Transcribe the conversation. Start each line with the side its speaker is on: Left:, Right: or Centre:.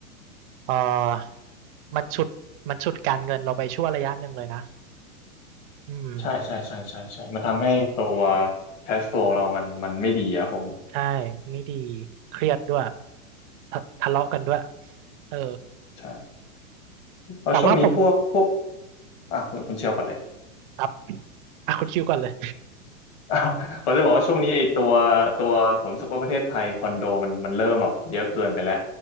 Right: เออมันฉุดมันฉุดการเงินเราไปชั่วระยะหนึ่งเลยนะอืม
Left: ใช่ใช่ใช่ใช่ใช่มันทำให้ตัว cash flow เรามันมันไม่ดีครับผม
Right: ใช่ ไม่ดี เครียดด้วย ทะทะเลาะกันด้วย เออ
Left: ใช่แล้วช่วงนี้พวกพวก
Right: แต่ว่าผม
Left: อ่ะคุณคุณเชียวก่อนเลย
Right: ครับอ่ะคุณคิวก่อนเลย
Left: <laughs> อ้าวผมจะบอกว่าช่วงนี้ไอ้ตัวตัวผมรู้สึกว่าประเทศไทยคอนโดมันมันเริ่มแบบเยอะเกินไปแล้ว